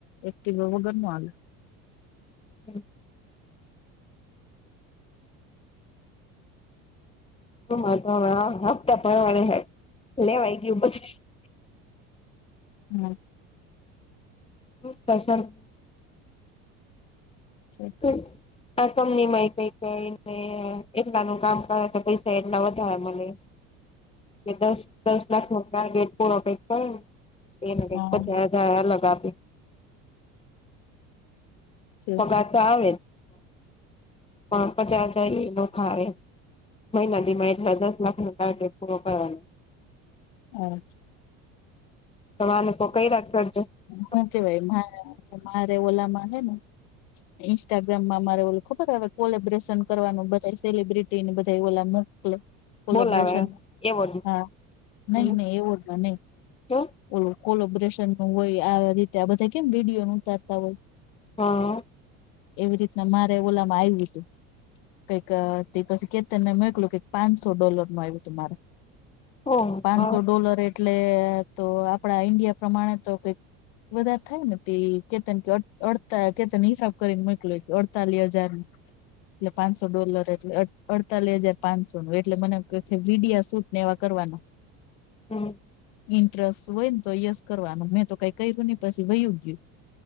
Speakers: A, on the left; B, on the left.
A: એક્ટવા વગર નો હાલે.
B: <unintelligible> <unintelligible> હપતા ભરવાના હે લેવાઈ ગયું પછી,
A: હમ્મ.
B: <unintelligible>
A: <unintelligible>
B: <unintelligible> આ કંપની માં એ કઈ કઈ, ને એટલા નુ કામ કરે, તો પૈસા એટલા વધારા મળે. કે, દસ. દસ લાખ નો ટાર્ગેટ પૂરો, કંઈકને એને કંઈક
A: હા
B: પચાસ
A: હા
B: હજાર અલગ આપે.
A: છે
B: સાચા આવે જ, પણ પચાસ હજાર ઈ નોખા આવે. મહિના દીમાં એટલા દસ લાખ નો ટાર્ગેટ પૂરો કરવાનો.
A: હમ્મ.
B: તોને કઈ રાત કરજો. <unintelligible>
A: હું કેવાય, મારે ઓલા માં હે ને. ઇન્સ્ટાગ્રામમાં મારે ઓલ ખબર હો, કોલેબ્રેશન કરવાનું, બધ સેલિબ્રિટીની, બધા ઓલા. કોલેબ્રેશન,
B: બોલાવે એવોર્ડ
A: હા.
B: નું
A: નહીં, નહીં, એવોડ ના, નહીં.
B: જો
A: ઓલ કોલોબરેેશન નું હોય, આ રીતે આ બધા કેમ વિડીયો ન ઉતારતા હોય?
B: હા.
A: એવી રીતના મારે ઓલા માં આવ્યું હતું કઈક, તે પછી કે તને મોકલું કે, પાંચસો ડોલર નુ આવ્યું તુ મારે,
B: ઓહ
A: પાંચસો
B: હા
A: ડોલર એ એટલે તો આપડા ઈન્ડિયા પ્રમાણે તો કંઈક બધા થાય ને, તે કેતન, કેડ, કેતન હિસાબ કરીને મોકલ, અડતાલીસ હજાર‌.
B: <unintelligible>
A: એટલે, પાંચસો ડોલર એટલે. અડતાલીસ હજાર પાંચસો નુ, એટલે મને વિડિયા શૂટ ને એવા કરવાના.
B: હમ્મ.
A: ઇન્ટરેસ્ટ હોય ને, તો યસ કરવાનું, મેં તો કઈ કર્યું નહીં, પછી વયું ગયું.